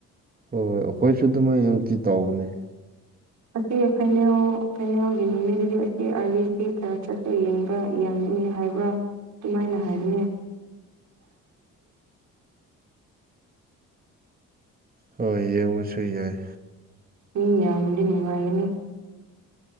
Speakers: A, on the right (about 30°); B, on the right (about 70°).
A: ꯍꯣꯏ ꯍꯣꯏ ꯑꯩꯈꯣꯏꯁꯨ ꯑꯗꯨꯃꯥꯏꯅ ꯅꯨꯡꯇꯤ ꯇꯧꯕꯅꯦ
B: ꯑꯁꯤ ꯐꯩꯅꯦꯜ ꯐꯩꯅꯦꯜꯒꯤ ꯅꯨꯃꯤꯠꯗꯗꯤ ꯑꯁꯤ ꯑꯥꯔꯕꯤ ꯁꯤ ꯀꯔꯁꯨ ꯌꯦꯡꯉꯤ ꯌꯥꯡꯒꯤꯅꯤ ꯍꯥꯏꯕ꯭ꯔꯥ ꯑꯗꯨꯃꯥꯏꯅ ꯍꯥꯏꯕꯅꯦ
A: ꯍꯣꯏ ꯌꯦꯡꯕꯁꯨ ꯌꯥꯏ
B: ꯃꯤ ꯌꯥꯝꯃꯗꯤ ꯅꯨꯡꯉꯥꯏꯒꯅꯤ